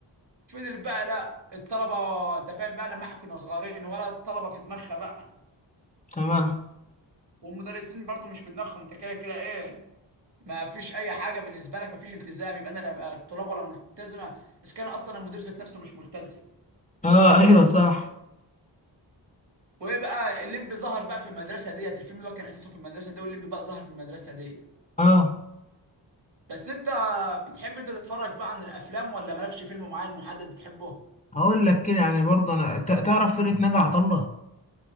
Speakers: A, on the right (about 60°); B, on the left (about 15°).
A: فضل بقى لا الطلبه انت فاهم بقى لما احنا كنا صغيرين ولا الطلبه في دماغها بقى
B: تمام
A: والمدرسين برضو مش في دماغهم انت كده كده ايه ما فيش اي حاجه بالنسبه لك ما فيش التزام يبقى انا لا بقى الطلاب ولا ملتزمه اذا كان اصلا المدير ذات نفسه مش ملتزم
B: اه ايوه صح
A: وايه بقى الليمبي ظهر بقى في المدرسه ديت الفيلم ده كان اساسه في المدرسه دي والليمبي بقى ظهر في المدرسه دي
B: اه
A: بس انت بتحب انت تتفرج بقى عن الافلام ولا مالكش فيلم معين محدد بتحبه
B: هقول لك كده يعني برضه انا ت- تعرف فرقه ناجي عطا الله